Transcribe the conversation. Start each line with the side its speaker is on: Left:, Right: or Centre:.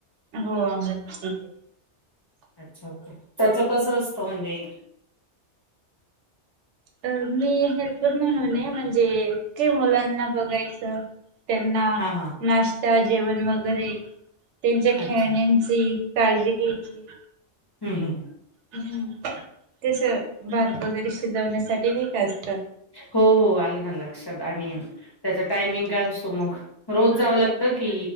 Right: हो अंगणवाडीत आहे.
Left: अच्छा ओके, त्याच कसं असतं म्हणजे
Right: अ मी हेल्पर म्हणून ये, म्हणजे कि मुलांना बघायच त्यांना
Left: हा हा
Right: नाश्ता, जेवण वगैरे, त्यांच्या खेळण्यान
Left: अच्छा
Right: ची काळजी घ्यायची
Left: हं, हं.
Right: हम्म, तस भात वगैरे शिजवण्यासाठी नाही का असत
Left: हो हो, आल ना लक्षात आणि त्याच्यात टायमिंग काय असतो मग, रोज जाव लागत की